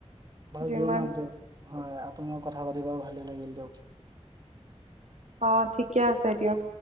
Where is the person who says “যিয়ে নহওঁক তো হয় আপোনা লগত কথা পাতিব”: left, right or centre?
Right